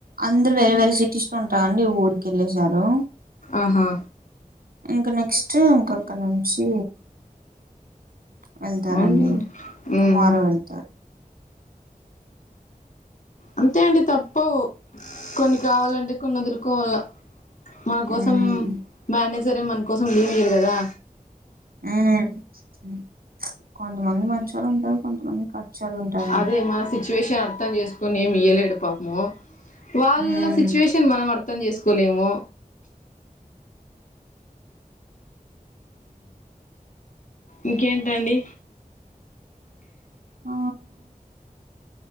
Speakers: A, on the right (about 80°); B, on the left (about 60°).
A: అందరుూ వేరే వేరే సిటీస్ లో ఉంటండి ఊరికెళ్ళసారు
B: ఆహా
A: ఇంకా నెక్స్ట్ ఇంక అక్కడ నుంచి వెళ్తారండి
B: అవునులేండి
A: టుమారో
B: ఉమ్
A: వెళ్తారు
B: అంతే అండి తప్పవు కొన్ని కావాలంటే కొన్ని వదులుకోవాల మన కోసం
A: మ్మ్
B: మేనేజరే మన కోసం లీవ్ ఇయరు కదా
A: ఉమ్ కొంతమంది మంచోలు ఉంటారు కొంతమంది కచ్చోళ్ళు ఉంటారండి
B: అదే మన సిచ్యువేషన్ అర్థం చేసుకుని ఏమి ఇయలేడిపాము వాళ్ళ
A: మ్మ్
B: సిచ్యువేషన్ తిన్ మనం అర్థం చేసుకోలేము ఇంకేంటండి
A: ఆ